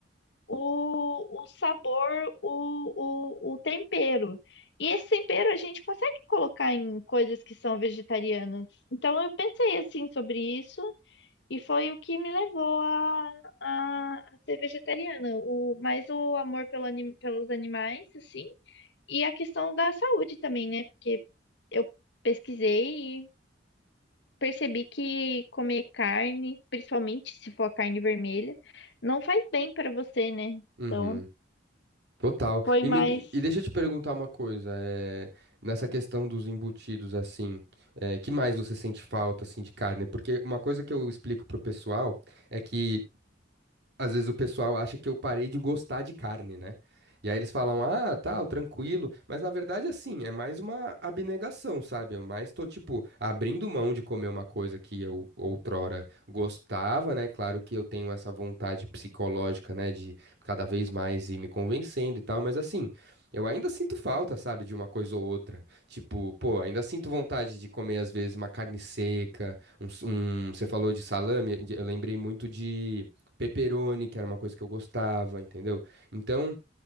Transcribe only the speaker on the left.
o, o sabor, o, o, o tempero. E esse tempero a gente consegue colocar em coisas que são vegetarianas. Então eu pensei assim sobre isso e foi o que me levou a, a, a ser vegetariana. O, mais o amor pelo anim- pelos animais, assim, e a questão da saúde também, né? Porque eu pesquisei e percebi que comer carne, principalmente se for a carne vermelha, não faz bem para você, né?
Então,
foi
mais